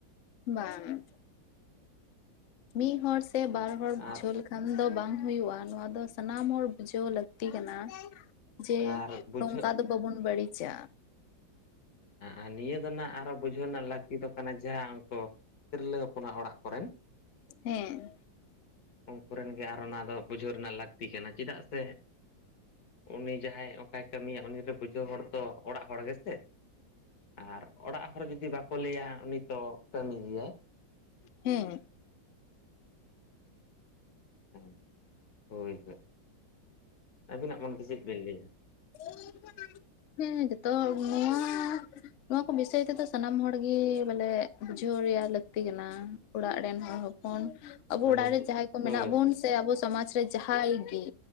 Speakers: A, on the left (about 75°); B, on the left (about 55°).
A: ᱵᱟᱝ, ᱢᱤᱫ ᱦᱚᱲ ᱥᱮ ᱵᱟᱨ ᱦᱚᱲ
B: ᱟᱨ
A: ᱡᱷᱟᱹᱞ ᱠᱷᱟᱱ ᱫᱚ ᱵᱟᱝ ᱦᱩᱭᱩᱜ-ᱟ ᱱᱚᱣᱟ ᱫᱚ ᱥᱟᱱᱟᱢ ᱦᱚᱲ ᱵᱩᱡᱷᱟᱹᱣ ᱞᱟᱹᱠᱛᱤ ᱠᱟᱱᱟ, ᱡᱮ
B: ᱟᱨ ᱵᱩᱡᱷᱟᱹᱜ
A: ᱱᱩᱝᱠᱟ ᱫᱚ ᱵᱟᱵᱩᱱ ᱵᱟᱹᱲᱤᱡᱟ᱾
B: ᱟᱨ ᱱᱤᱭᱟᱹ ᱫᱚ ᱱᱟᱜ ᱟᱨᱚ ᱵᱩᱡᱷᱟᱹᱣ ᱨᱮᱱᱟᱜ ᱞᱟᱹᱠᱛᱤ ᱫᱚ ᱠᱟᱱᱟ ᱡᱟᱦᱟᱸ ᱩᱱᱠᱩ ᱛᱤᱨᱞᱟᱹ ᱦᱚᱯᱚᱱᱟᱜ ᱚᱲᱟᱜ ᱠᱚᱨᱮᱱ,
A: ᱦᱮᱸ,
B: ᱩᱝᱠᱩ ᱨᱮᱱ ᱜᱮ ᱟᱨᱚ ᱚᱱᱟ ᱫᱚ ᱵᱩᱡᱷᱟᱹᱣ ᱨᱮᱱᱟᱜ ᱞᱟᱠᱛᱤ ᱠᱟᱱᱟ᱾ ᱪᱮᱫᱟᱜ ᱥᱮ ᱩᱱᱤ ᱡᱟᱦᱟᱸᱭ ᱚᱱᱠᱟᱭ ᱠᱟᱹᱢᱤᱭᱟ ᱩᱱᱤ ᱫᱚ ᱵᱩᱡᱷᱟᱹᱣ ᱦᱚᱲ ᱛᱚ ᱚᱲᱟᱜ ᱚᱲᱟᱜ ᱜᱮᱥᱮ, ᱟᱨ ᱚᱲᱟᱜ ᱦᱚᱲ ᱡᱩᱫᱤ ᱵᱟᱠᱚ ᱞᱟᱹᱭᱟ ᱩᱱᱤ ᱛᱚ ᱠᱟᱹᱢᱤ ᱜᱮᱭᱟᱭ,
A: ᱦᱮᱸ,
B: ᱦᱮᱸ, ᱦᱳᱭ, ᱦᱳᱭ, ᱟᱹᱵᱤᱱᱟᱜ ᱢᱚᱱᱮᱛᱮ ᱪᱮᱫ ᱵᱤᱱ ᱞᱟᱹᱭᱟ?
A: <inaudible> <inaudible> ᱦᱮᱸ ᱡᱚᱛᱚ ᱱᱚᱣᱟ ᱱᱚᱣᱟ ᱠᱚ ᱵᱤᱥᱚᱭ ᱛᱮᱫᱚ ᱥᱟᱱᱟᱢ ᱦᱚᱲᱜᱤ ᱵᱟᱞᱮ ᱵᱩᱡᱷᱟᱹᱣ ᱨᱮᱭᱟᱜ ᱞᱟᱹᱠᱛᱤ ᱠᱟᱱᱟ? ᱚᱲᱟᱜ ᱨᱮᱱ ᱦᱚᱲ ᱦᱚᱯᱚᱱ, ᱟᱵᱩ
B: ᱢᱟᱱᱮ
A: ᱚᱲᱟᱜ ᱨᱮ ᱡᱟᱦᱟᱸᱭ ᱠᱚ
B: ᱦᱳᱭ
A: ᱢᱮᱱᱟᱜ ᱵᱚᱱ
B: ᱦᱳᱭ
A: ᱥᱮ ᱟᱵᱚ ᱥᱚᱢᱟᱡ ᱨᱮ ᱡᱟᱦᱟᱸᱭ ᱜᱤ